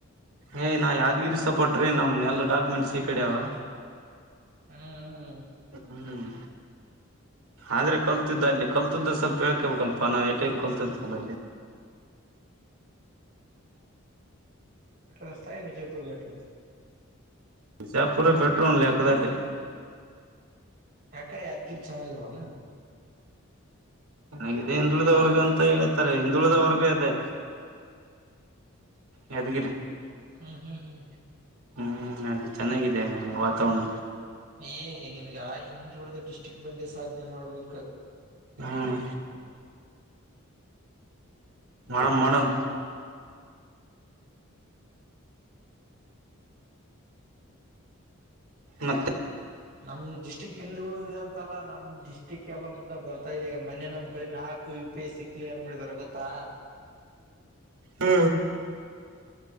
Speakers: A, on the right; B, on the right.
A: ಏ ನಾ ಯಾದಗಿರಿ ಸಪಟ್ರಿ ನಮ್ ಎಲ್ಲಾ ಡಾಕ್ಯುಮೆಂಟ್ಸ್ ಈ ಕಡೆ ಅವಾ
B: ಹಾ ಹ
A: ಹ್ಮ್ ಆದ್ರೆ ಕಲ್ತಿದ್ದ ಅಲ್ಲಿ ಕಲ್ತಿದ್ದ ಸ್ವಲ್ಪ ಹೇಳ್ಕೇಬೇಕಲ್ಪಾ ನಾವು ಏಟೆಟು ಕಲ್ತಿರ್ತ ಅಲ್ಲಿ
B: ರಸ್ತಾಯನ್ ವಿಜಯಪುರ್ ಬೆಟ್ಟ
A: ಶಾಪುರೆ ಬೆಟ್ರೂ ಒಂದ್ ಲೆಕ್ಕದಲ್ಲಿ
B: ಯಾಕಾ ಯಾದಗಿರಿ ಚೆನಾಗಿಲ್ವೇನು
A: ನಮ್ದೆ ಹಿಂದೂಗಳಿಂದ
B: ಹಾ
A: ವರ್ಗ ಅಂತ ಹೇಳತ ಹಿಂದುಳಿದವರ್ಗೂ ಇದೆ ಯಾದಗಿರಿ
B: ಹ್ಮ್ ಹ್ಮ್ ಹ್ಮ್
A: ಹ್ಮ್ ಅಲ್ಲಿ ಚೆನ್ನಾಗಿದೆ ವಾತಾವಣ್
B: ಏ ನಿನಗೆ ಹಿಂದೊಳ್ದ ಡಿಸ್ಟ್ರಿಕ್ ಬಂದೆ ಸಾಧನೆ ಮಾಡ್ಬೇಕ್
A: ಹ್ಮ್ ಮಣಮ ಮಣಮ ಮತ್
B: ನಮ್ ಡಿಸ್ಟ್ರಿಕ್ ಹಿಂದಳ ಂತಲ್ಲಾ ನಮ್ ಡಿಸ್ಟಿಕ್ ಎಲ್ಲ ಮುಂದೆ ಬರ್ತಾ ಇರಿ ಈಗ ಮೊನ್ನೆ ನಮ್ ಕಡೆ ನಾಕು U P S C clear ಮಾಡಿದಿದ್ದಾರೆ ಗೊತ್ತಾ.
A: ಹ್ಮ್